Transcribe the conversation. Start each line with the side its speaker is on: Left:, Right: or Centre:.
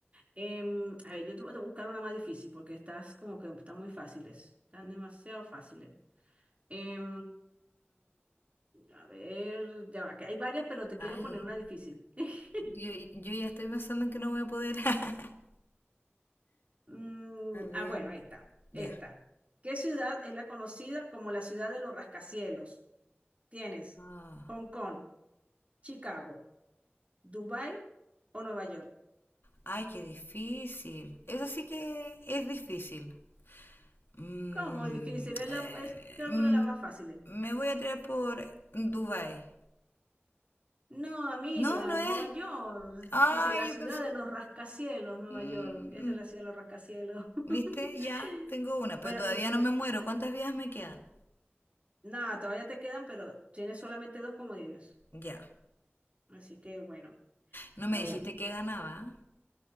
Right: Em, a ver, yo te voy a buscar una más difícil porque estás como que están muy fáciles, están demasiado fáciles. Em, a ver, ya va, que hay varias, pero te quiero
Left: Ay,
Right: poner una difícil. <laughs>
Left: yo, yo ya estoy pensando en que no voy a poder. <laughs>
Right: Mm,
Left: A ver,
Right: ah, bueno, esta,
Left: ya.
Right: esta. ¿Qué ciudad es la conocida como la ciudad de los rascacielos? Tienes
Left: Ah,
Right: Hong Kong, Chicago, Dubai o Nueva York.
Left: ay, qué difícil. Eso sí que es difícil. Mm,
Right: ¿Cómo difícil? Es
Left: eh,
Right: la, es creo
Left: mm,
Right: que una de las más fáciles.
Left: me voy a tirar por Dubai.
Right: No, amiga,
Left: No, no es.
Right: Nueva York.
Left: Ay,
Right: Dice la ciudad
Left: yo pensé.
Right: de los rascacielos, Nueva
Left: Mm,
Right: York. Esa es la ciudad de los rascacielos. <laughs>
Left: ¿viste? Ya tengo una, pero
Right: Bueno,
Left: todavía
Right: y
Left: no me muero. ¿Cuántas vidas me quedan?
Right: Nada, todavía te quedan, pero tienes solamente dos comodines.
Left: Ya.
Right: Así que bueno,
Left: No
Right: a
Left: me dijiste
Right: ver,
Left: que ganaba.